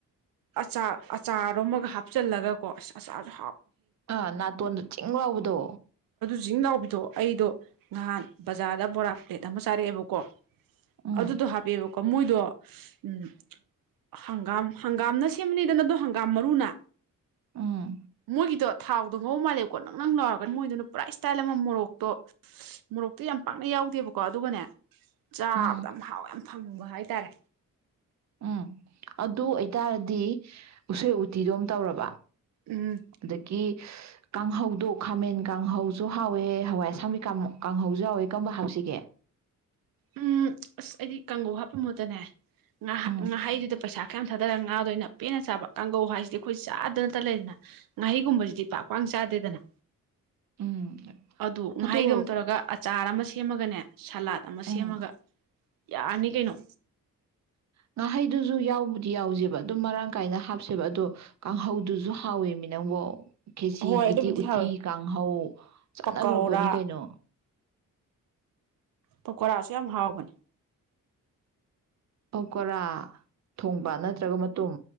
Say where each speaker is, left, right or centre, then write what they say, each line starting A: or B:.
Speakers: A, on the right; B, on the right.
A: ꯑꯆꯥ ꯑꯆꯥꯔꯣꯃꯒ ꯍꯥꯞꯆꯜꯂꯒꯀꯣ ꯑꯁ ꯑꯆꯥꯔꯗꯣ
B: ꯑꯥ ꯅꯥꯇꯣꯟꯗ ꯆꯤꯡ ꯂꯥꯎꯕꯗꯣ
A: ꯖꯤꯡ ꯂꯥꯎꯕꯤꯗꯣ ꯑꯩꯗꯣ ꯅꯍꯥꯟ ꯕꯖꯥꯔꯗ ꯕꯣꯔꯥ ꯄ꯭ꯂꯦꯠ ꯑꯃ ꯆꯥꯔꯛꯑꯦꯕꯀꯣ
B: ꯎꯝ
A: ꯑꯗꯨꯗꯨ ꯍꯥꯄꯦꯕ ꯃꯣꯏꯗꯣ ꯎꯝ ꯍꯪꯒꯥꯝ ꯍꯪꯒꯥꯝꯅ ꯁꯦꯝꯕꯅꯤꯗꯅ ꯑꯗꯣ ꯍꯪꯒꯥꯝ ꯃꯔꯨꯅ
B: ꯎꯝ
A: ꯃꯣꯏꯒꯤꯗꯣ ꯊꯥꯎꯗꯣ ꯉꯧ ꯃꯥꯜꯂꯦꯕꯀꯣ ꯅꯪ ꯅꯪ ꯂꯥꯎꯔ ꯃꯣꯏꯗꯨꯅ ꯄꯨꯔꯥ ꯏꯁꯇꯥꯏꯜ ꯑꯃ ꯃꯣꯔꯣꯛꯇꯣ ꯃꯣꯔꯣꯛꯇꯣ ꯌꯥꯝ ꯄꯥꯛꯅ ꯌꯥꯎꯗꯦꯕꯀꯣ ꯑꯗꯨꯒꯅꯦ ꯆꯥꯕꯗꯝ
B: ꯎꯝ
A: ꯌꯥꯝ ꯍꯥꯎꯋꯦ ꯐꯪꯕ ꯍꯥꯏꯇꯥꯔꯦ
B: ꯎꯝ ꯑꯗꯨ ꯑꯣꯏꯇꯥꯔꯗꯤ ꯎꯁꯦꯏ ꯎꯇꯤꯗꯨꯝ ꯇꯧꯔꯕ
A: ꯎꯝ
B: ꯑꯗꯒꯤ ꯀꯥꯡꯍꯧꯗꯣ ꯈꯥꯃꯦꯟ ꯀꯥꯡꯍꯧꯁꯨ ꯍꯥꯎꯋꯦ ꯍꯋꯥꯏ ꯑꯁꯪꯕꯤ ꯀꯥꯡꯍꯧꯁꯨ ꯍꯥꯎꯋꯦ ꯀꯝꯕ ꯍꯥꯞꯁꯤꯒꯦ
A: ꯎꯝ ꯑꯁ ꯑꯩꯗꯤ ꯀꯥꯡꯒꯧ ꯍꯥꯞꯄ ꯃꯍꯨꯠꯇꯅꯦ ꯉꯍ
B: ꯎꯝ
A: ꯉꯥꯍꯩꯗꯨꯗ ꯄꯩꯁꯥ ꯈꯌꯥꯝ ꯊꯥꯗꯔ ꯉꯥꯗ ꯑꯣꯏꯅ ꯄꯦꯟꯅ ꯆꯥꯕ ꯀꯥꯡꯒꯧ ꯍꯥꯏꯁꯤꯗꯤ ꯑꯈꯣꯏ ꯆꯥꯗꯅꯠꯇ ꯂꯩꯗꯅ ꯉꯥꯍꯩꯒꯨꯝꯕꯁꯤꯗꯤ ꯄꯥꯛ ꯄꯥꯛ ꯆꯥꯗꯦꯗꯅ
B: ꯎꯝ
A: ꯑꯗꯨ
B: ꯑꯗꯣ
A: ꯉꯥꯏꯍꯩꯗꯣꯝ ꯇꯧꯔꯒ ꯑꯆꯥꯔ ꯑꯃ ꯁꯦꯝꯃꯒꯅꯦ ꯁꯥ ꯑꯃ ꯁꯦꯝꯃꯒ
B: ꯎꯝ
A: ꯌꯥꯔꯅꯤ ꯀꯩꯅꯣ
B: ꯉꯥꯍꯩꯗꯨꯁꯨ ꯌꯥꯎꯕꯨꯗꯤ ꯌꯥꯎꯖꯦꯕ ꯑꯗꯨꯝ ꯃꯔꯥꯡ ꯀꯥꯏꯅ ꯍꯥꯞꯁꯦꯕ ꯑꯗꯣ ꯀꯥꯡꯍꯧꯗꯨꯁꯨ ꯍꯥꯎꯋꯦ ꯃꯤ ꯅꯪꯕꯣ ꯈꯦꯆꯤꯒꯤꯗꯤ
A: ꯍꯣꯏ ꯑꯗꯨꯕꯨꯗꯤ
B: ꯎꯇꯤ
A: ꯍꯥꯎꯋꯤ
B: ꯀꯥꯡꯍꯧ ꯆꯥꯟꯅꯒ꯭ꯔꯕ
A: ꯄꯀꯧꯔꯥ
B: ꯄꯣꯠꯅꯤ ꯀꯩꯅꯣ
A: ꯄꯀꯣꯔꯥꯁꯨ ꯌꯥꯝ ꯍꯥꯎꯕꯅꯤ
B: ꯄꯀꯣꯔꯥ ꯊꯣꯡꯕ ꯅꯠꯇ꯭ꯔꯒ ꯃꯇꯨꯝ